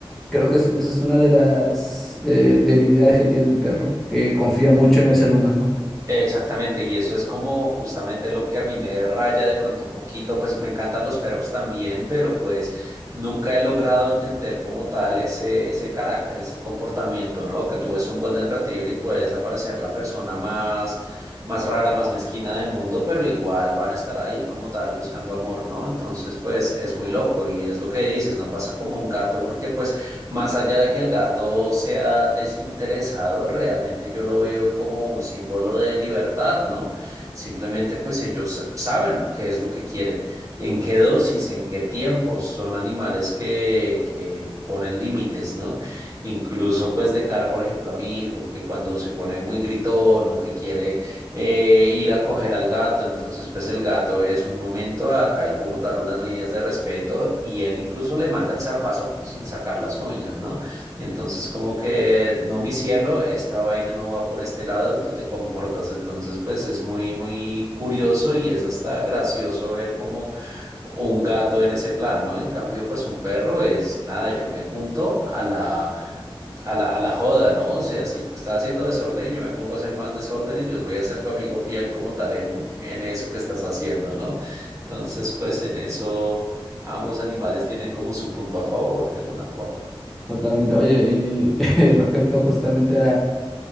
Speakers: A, in the centre; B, on the right (about 35°).
A: Creo que es- esa es una de las eh, debilidades que tiene el perro, que confía mucho en el ser humano.
B: Exactamente, y eso es como justamente lo que a mí me raya de pronto un poquito, pues me encantan los perros también, pero pues nunca he logrado entender como tal ese, ese carácter, ese comportamiento, ¿no? Que tú ves un Golden Retriever y puedes aparecer la persona más, más rara, más mezquina del mundo, pero igual van a estar ahí como tal buscando amor, ¿no? Entonces, pues es muy loco y es lo que dices, no pasa como un gato porque pues más allá de que el gato sea desinteresado, realmente yo lo veo como un símbolo de libertad, ¿no? Simplemente pues ellos saben qué es lo que quieren, en qué dosis, en qué tiempos. Son animales que, que ponen límites, ¿no? Incluso pues de cara, por ejemplo, a mi hijo, que cuando se pone muy gritón o que quiere eh, ir a coger al gato. Entonces, pues el gato es un momento, acá hay como tal unas líneas de respeto y él incluso le manda el zarpazo, pero sin sacar las uñas, ¿no? Y entonces como que, no, mi cielo, esta vaina no va por este lado, tú te comportas. Entonces, pues es muy, muy curioso y es hasta gracioso ver como un gato en ese plan, ¿no? En cambio, pues un perro es, nada, yo me junto a la a la, a la joda, ¿no? O sea, si tú estás haciendo desorden, yo me pongo a hacer más desorden y yo voy a ser tu amigo fiel como tal en, en eso que estás haciendo, ¿no? Entonces, pues en eso ambos animales tienen como su punto a favor de alguna forma.
A: Totalmente. Oye, y, <laughs> respecto justamente a,